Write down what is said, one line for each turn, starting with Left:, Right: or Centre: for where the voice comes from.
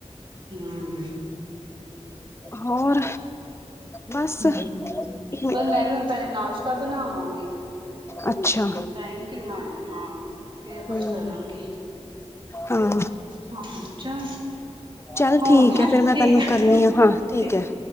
Right: ਹੂੰ।
Left: ਹੋਰ? ਬਸ
Right: ਹੂੰ,
Left: ਇੱਕ ਮਿੰਟ
Right: ਬਸ ਮੈਂ ਵੀ ਹੁਣ ਪੈਲੇ ਨਾਸ਼ਤਾ ਬਣਾਵਾਂਗੀ।
Left: ਅੱਛਾ
Right: ਹੋਰ, ਟਾਈਮ ਕਿੰਨਾ ਹੋਯਾ? ਹਾਂ ਫੇਰ
Left: ਹੂੰ
Right: ਕੁਛ ਕਰਾਂਗੀ।
Left: ਹਾਂ।
Right: ਹਾਂ ਚੱਲ
Left: ਚੱਲ
Right: ਹੋਰ
Left: ਠੀਕ
Right: ਹੈ,
Left: ਫੇਰ ਮੈਂ
Right: ਠੀਕ
Left: ਤੈਨੂੰ
Right: ਏ,
Left: ਕਰਨੀ ਆ ਹਾਂ
Right: ਠੀਕ।
Left: ਹੈ